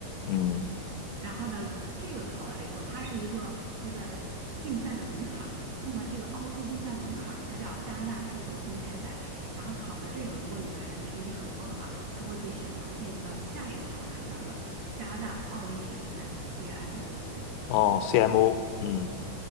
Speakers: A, on the left; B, on the right.
A: 嗯，
B: 然后呢，这个考完了以后，它是一个就在竞竞赛的门槛儿。那么这个奥数竞赛门槛儿呢，它叫加拿大数学公开赛。然后考完这个，如果你的孩子成绩很高的话，他会被选拔进入到下一个考试，叫做加拿大奥林匹克赛 （CMO）。
A: 哦，CMO，嗯。